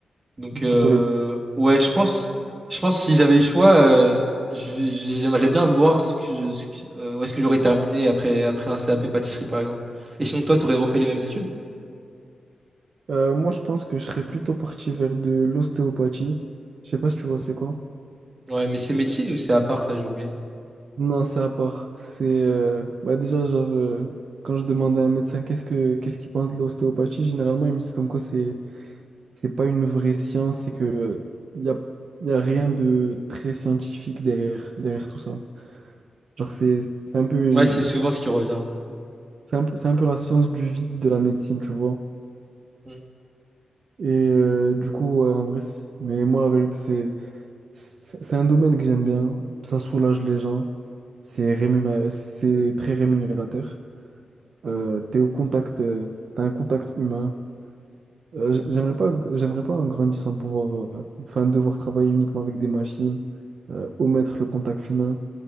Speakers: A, on the right; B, on the right.
A: Donc
B: Du
A: euh,
B: coup, t'aurais-
A: ouais, je pense, je pense que si j'avais le choix, euh, j- j'aimerais bien voir ce que je- ce que- euh, où est-ce que j'aurais terminé après après un CAP pâtisserie par exemple. Et sinon toi, t'aurais refait les mêmes études?
B: Euh, moi, je pense que je serais plutôt parti vers de l'ostéopathie. Je sais pas si tu vois c'est quoi.
A: Ouais, mais c'est médecine ou c'est à part ça, j'ai oublié.
B: Non, c'est à part. C'est euh, bah déjà genre euh, quand je demande à un médecin qu'est-ce que qu'est-ce qu'il pense de l'ostéopathie, généralement il me dit comme quoi c'est c'est pas une vraie science, c'est que euh, il y a, y a rien de très scientifique derrière derrière tout ça. Genre, c'est c'est un peu une,
A: Ouais, c'est souvent ce qui revient.
B: c'est un peu, c'est un peu la science du vide de la médecine, tu vois.
A: ouais.
B: Et euh, du coup, ouais, en vrai, c'est- mais moi, la vérité, c'est c'est c'est un domaine que j'aime bien. Ça soulage les gens. C'est rémuné- c'est très rémunérateur. Euh, t'es au contact, euh, t'as un contact humain. Euh, j- j'aimerais pas, j'aimerais pas en grandissant pouvoir, euh, enfin, devoir travailler uniquement avec des machines, euh, omettre le contact humain.